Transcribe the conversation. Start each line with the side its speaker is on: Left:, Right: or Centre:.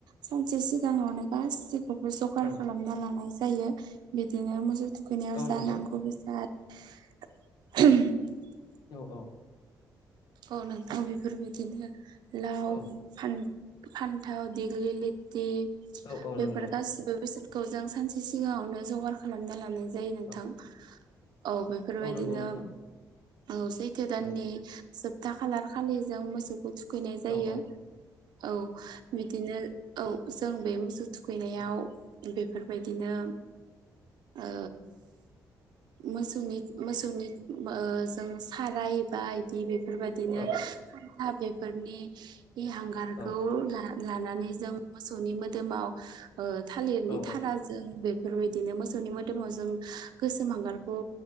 Right: सानसे सिगाङावनो गासैखौबो जगार
Left: औ
Right: खालामना लानाय जायो जायो बिदिनो मोसौ थुखैनायाव
Left: औ
Right: जानांगौ
Left: नंगौ
Right: बेसाद <unintelligible>
Left: औ औ
Right: औ नोंथां बेफोरबायदिनो लाव
Left: औ
Right: फान फान्थाव देग्लि लेथि
Left: औ
Right: बेफोर
Left: औ नंगौ
Right: गासिबो बेसाद खौ जों सानसे सिगाङावनो जगार खालामना लानाय जायो नोंथां
Left: औ
Right: औ बेफोरबायदिनो
Left: औ नंगौ नोंथां
Right: औ सैथो दाननि
Left: औ
Right: जोबथा खालार खालि जों मोसौखौ थुखैनाय जायो
Left: औ औ
Right: औ बिदिनो औ जों बे मोसौ थुखैनायाव
Left: औ
Right: बेफोरबायदिनो औ मोसौनि मोसौनि जों साराय बा बिदि बे बेफोरबायदिनो
Left: औ
Right: खान्था बेफोरनि बे हांगारखौ
Left: औ
Right: लानानै जों मोसौनि मोदोमाव ओ थालिरनि
Left: औ
Right: थाराजों बे बेफोरबायदिनो मोसौनि मोदोमाव जों गोसोम हांगारखौ